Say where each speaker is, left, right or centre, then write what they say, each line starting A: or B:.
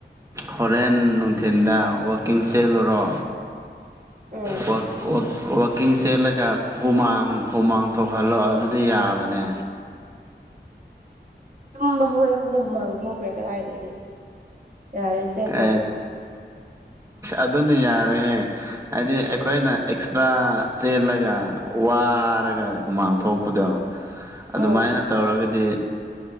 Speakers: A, on the right (about 50°); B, on the right (about 15°).
A: ꯎꯝ
B: ꯍꯣꯔꯦꯟ ꯅꯨꯡꯊꯤꯟꯗ ꯋꯥꯛꯀꯤꯡ ꯆꯦꯜꯂꯨꯔꯣ
A: ꯎꯝ
B: ꯍꯣꯏ ꯋꯥꯛꯀꯤꯡ ꯆꯦꯜꯂꯒ ꯍꯨꯃꯥꯡ ꯍꯨꯃꯥꯡ ꯊꯣꯛꯍꯜꯂꯣ ꯑꯗꯨꯗꯤ ꯌꯥꯕꯅꯦ
A: ꯇꯨꯝꯕ ꯍꯧꯂꯛꯄꯗ ꯍꯨꯃꯥꯡ ꯊꯣꯛꯈ꯭ꯔꯦ ꯀꯗꯥꯏꯗꯒꯤ ꯌꯥꯔꯦ ꯆꯦꯟꯗ꯭ꯔꯁꯨ
B: ꯀ ꯑꯗꯨꯅꯦ ꯌꯥꯔꯣꯏꯍꯦ ꯍꯥꯏꯗꯤ ꯑꯩꯈꯣꯏꯅ ꯑꯦꯛꯁꯇ꯭ꯔꯥ ꯆꯦꯜꯂꯒ ꯋꯥꯔꯒ ꯍꯨꯃꯥꯡ ꯊꯣꯛꯄꯗꯣ ꯑꯗꯨꯃꯥꯏꯅ
A: ꯎꯝ
B: ꯇꯧꯔꯒꯗꯤ